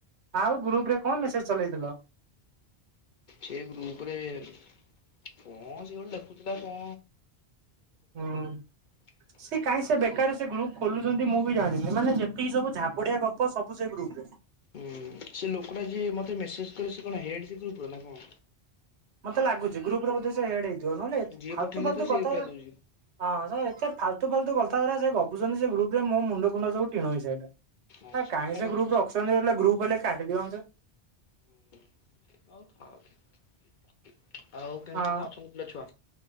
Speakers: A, on the right; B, on the left.
A: ଆଉ ଗ୍ରୁପ୍ ରେ କଁ ମେସେଜ୍ ଚଲେଇଥିଲ?
B: ସେଇ ଗ୍ରୁପ୍ ରେ କଁ ସିଏ ଗୋଟେ ଲେଖୁଥିଲା କଁ
A: ହୁଁ।
B: ହ
A: ସିଏ କାଇଁ ସେ ବେକାର ସେ ଗ୍ରୁପ୍ ଖୋଲୁଚନ୍ତି ମୁଁ ବି ଜାଣି ମାନେ ଯେତିକି ସବୁ ଝାବୁଡି଼ଆ ଗପ ସବୁ ସେ ଗ୍ରୁପ୍ ରେ।
B: ଉଁ ସେ ଲୋକଟା ଯିଏ ମତେ ମେସେଜ୍ କରେ ସେ କଣ ହେଡ଼୍ ସେ ଗ୍ରୁପ୍ ର ନାଁ କଁ?
A: ମତେ ଲାଗୁଚି ଗ୍ରୁପ୍ ରେ ବୋଧ ସେ ହେଡ୍ ହେଇଥିବ ନହେଲେ ଏ
B: ଯିଏ
A: ଫାଲତୁ
B: ପଠେଇଲେ
A: ଫାଲତୁ
B: ତ ସିଏ
A: କଥାଉରା
B: ରିପ୍ଲାଏ ଦଉଛି
A: ହଁ ସେ ଏତେ ଫାଲତୁ ଫାଲତୁ କଥାଉରା ସେ ଗପୁଚନ୍ତି ସେ ଗ୍ରୁପ୍ ରେ ମୋ ମୁଣ୍ଡ ଫୁଣ୍ଡ ସବୁ ଟିଣ ହେଇସାଇଲା
B: ଆଚ୍ଛା
A: ଆ କାଇଁ
B: ଛାଡ଼ନ୍ତୁ
A: ସେ ଗ୍ରୁପ୍
B: ଛାଡ଼ନ୍ତୁ।
A: ଅଛନ୍ତି ହେଲେ ଗ୍ରୁପ୍ ହେଲେ କାଟି ଦିଅନ୍ତେ।
B: ହୁଁ ଆଉ ଥାଉ ଆଉ କେମତି
A: ହଁ
B: କଁ ଅଛନ୍ତି ପିଲା ଛୁଆ?